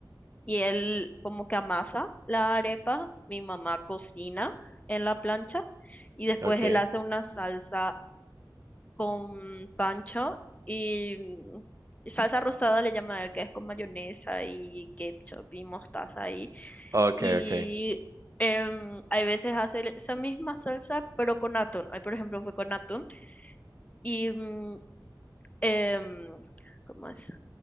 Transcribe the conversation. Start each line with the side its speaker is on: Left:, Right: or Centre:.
Left: Y él como que amasa la arepa, mi mamá cocina en la plancha y después
Right: Ok,
Left: él hace una salsa con pancho y, mm, y salsa rosada le llama a él, que es con mayonesa y ketchup y mostaza y,
Right: ok,
Left: y
Right: ok,
Left: em, hay veces hace esa misma salsa pero con atún. Hoy por ejemplo fue con atún y mm, em, ¿cómo es?